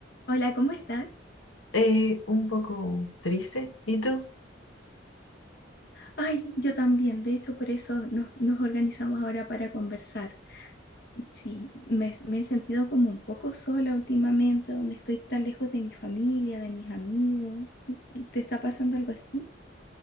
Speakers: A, on the left; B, on the left.
A: Hola, ¿cómo estás?
B: Eh, un poco triste. ¿Y tú?
A: Ay, yo también. De hecho, por eso nos, nos organizamos ahora para conversar. Sí, me, me he sentido como un poco sola últimamente, donde estoy tan lejos de mi familia, de mis amigos. ¿Te está pasando algo así?